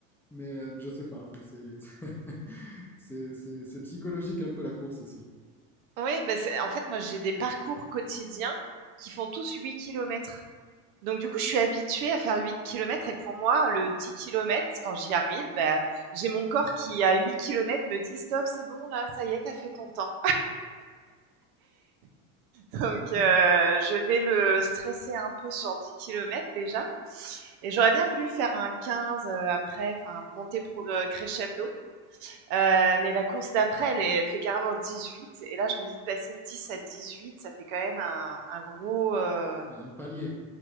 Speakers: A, in the centre; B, on the right.
A: Mais euh, je sais pas, enfin, c'est <laughs> c'est- c'est- c'est psychologique un peu la course aussi.
B: Oui, bah c'est- en fait, moi, j'ai des parcours quotidiens qui font tous 8 kilomètres. Donc, du coup, je suis habituée à faire 8 kilomètres. Et pour moi, le 10 kilomètres, quand j'y arrive, bah, j'ai mon corps qui, à 8 kilomètres me dit Stop, c'est bon, là, ça y est, t'as fait ton temps. Donc, euh,
A: mais
B: je vais le stresser un peu sur 10 kilomètres déjà. Et j'aurais bien voulu faire un 15 euh, après, enfin monter pro- euh, crescendo. Euh, mais la course d'après, elle, elle fait carrément dix-huit, Et là, je me dis de passer de 10 à huit ça fait quand même un, un gros, euh,
A: Il y a un palier.